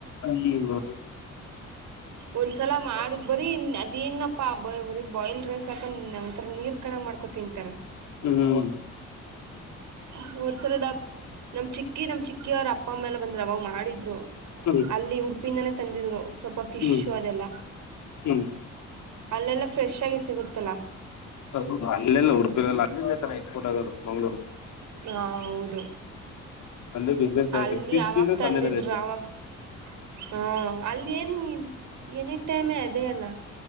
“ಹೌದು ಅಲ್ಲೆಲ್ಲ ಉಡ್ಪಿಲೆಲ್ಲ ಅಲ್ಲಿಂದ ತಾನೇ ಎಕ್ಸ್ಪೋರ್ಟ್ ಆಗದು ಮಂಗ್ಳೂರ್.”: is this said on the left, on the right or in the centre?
Left